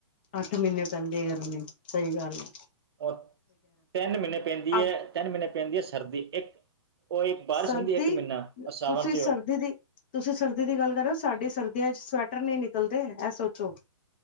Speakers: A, on the left; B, on the right.
A: ਅੱਠ ਮਹੀਨੇ ਪੈਂਦੀ ਏ ਗਰਮੀ ਸਹੀ ਗੱਲ ਐ।
B: ਉਹ ਤਿੰਨ ਮਹੀਨੇ ਪੈਂਦੀ ਐ,
A: ਅ
B: ਤਿੰਨ ਮਹੀਨੇ ਪੈਂਦੀ ਐ ਸਰਦੀ ਇੱਕ ਉਹ ਇੱਕ ਬਾਰਿਸ਼
A: ਸਰਦੀ
B: ਹੁੰਦੀ ਇੱਕ ਮਹੀਨਾ ਆਹ ਸਾਵਨ
A: ਤੁਸੀਂ
B: ਚ
A: ਸਰਦੀ ਦੀ ਤੁਸੀਂ ਸਰਦੀ ਦੀ ਗੱਲ ਕਰ ਰਏ ਓ ਸਾਡੇ ਸਰਦੀਆਂ 'ਚ ਸਵੈਟਰ ਨਹੀਂ ਨਿਕਲਦੇ ਇਹ ਸੋਚੋ।